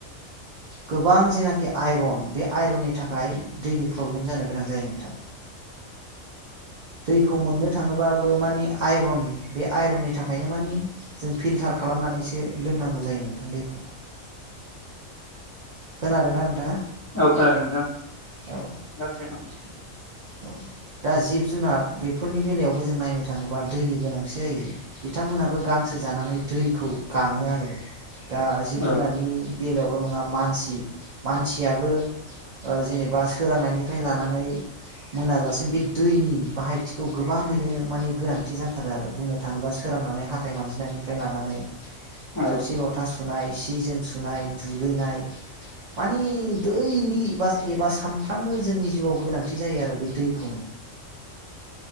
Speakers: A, on the right (about 45°); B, on the left (about 20°).
A: गोबां जेनाखि आइरन बे आइरननि थाखाय दैनि प्रब्लेम जानो गोनां जायो नोंथां दैखौ मोननो थाङोबाबो माने। आइरन बे आइरननि थाखायनो माने जों फिल्टार खालामनानैसो लोंनांगौ जायो नोंथां दै। खोनादोंना नोंथाङा।
B: औ खोनादों नोंथां
A: औ
B: जासिगोन ओं।
A: <inaudible> दा जिब जुनार बेफोरनि बेलायावबो जों नायनो थाङोबा दैनि गोनांथि जायो बिथांमोनाबो गां सो जानानै दैखौ गाङो आरो दा जिब
B: औ
A: जुनारनि बेलायावल' नं ङा मानसि मानसियाबो जेनेबा सोरोंनायनिफ्राय लानानै। मोनाजासिम बे दैनि बाहायथिखौ गोबाङैनो माने गोनांथि जाथारो आरो बुंनो थाङोबा। सोरांनानै हाथाय मानजिनायनिफ्राय लानानै
B: औ
A: थोरसि लथा सुनाय। सि जोम सुनाय दुगैनाय मानि दैलि एबा एबा सानफ्रामबो जोंनि जिउआव गोनां थि जायो आरो बे दैखौ